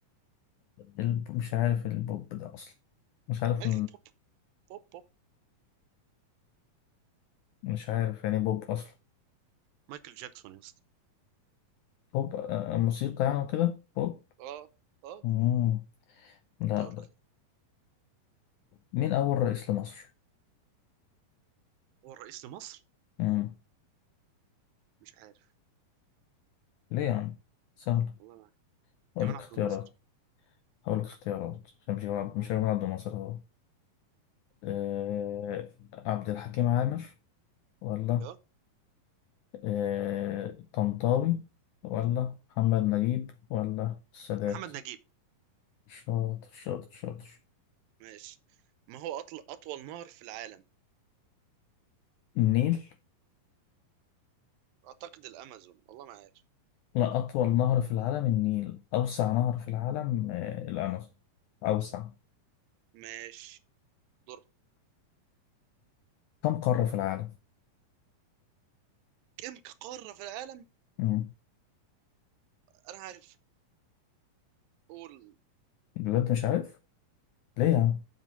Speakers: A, on the left; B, on the right.
A: الب... مش عارف البوب ده أصلا مش عارف
B: ملك البوب بوب بوب
A: مش عارف يعني بوب أصلا
B: مايكل جاكسون يا اسطى
A: بوب آه، آه، موسيقى يعني وكده بوب
B: اه اه
A: مم. لا
B: دورك
A: لا مين أول رئيس لمصر؟
B: هو الرئيس لمصر
A: مم.
B: مش عارف
A: ليه يا عم؟ سهلة
B: والله ما عارف
A: أقول
B: جمال
A: لك
B: عبد
A: اختيارات
B: الناصر
A: أقول لك اختيارات عشان مش هجيب عبد-
B: و-
A: مش هجيب عبد الناصر هو أه... عبد الحكيم عامر ولا
B: اه
A: أه... طنطاوي ولا محمد نجيب ولا السادات
B: محمد نجيب
A: شاطر شاطر شاطر
B: ماشي ما هو أطل... أطول نهر في العالم
A: النيل
B: اعتقد الامازون والله ما عارف
A: لا أطول نهر في العالم النيل أوسع نهر في العالم آه، الأمازون أوسع
B: ماشي دور
A: كم قارة في العالم؟
B: كم قارة في العالم
A: مم.
B: انا عارف قول
A: بجد مش عارف؟ ليه يا عم؟